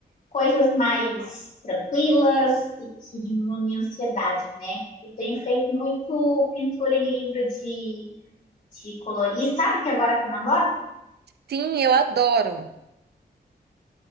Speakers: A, on the left; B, on the right.
A: coisas mais tranquilas e que diminuem a ansiedade, né? Eu tenho feito muito pintura em livro de de colorir, sabe que agora tá na moda?
B: Sim, eu adoro.